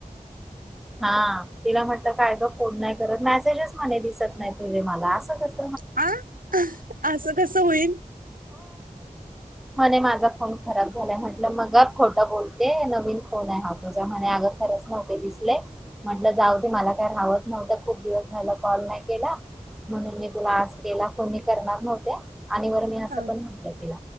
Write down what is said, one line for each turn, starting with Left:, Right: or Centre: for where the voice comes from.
Centre: हा तिला म्हटलं काय का फोन नाही करत, मेसेजेस म्हणजे दिसत नाही तुझे मला अस कस
Right: आ असं कस होईल?
Centre: मध्ये माझा फोन खराब झाल य म्हटलं मग खोटं बोलते नवीन फोन आहे हा तुझा म्हणे, आग खरच नव्हते दिसले. म्हंटलं जाऊ ते मला काय रावत नव्हतं, खूप दिवस झालं कॉल नाही केला. म्हणून मी तुला आज केला कोणी करणार नव्हत्या. आणि वर मी असं
Right: हा.
Centre: पण म्हटलं तिला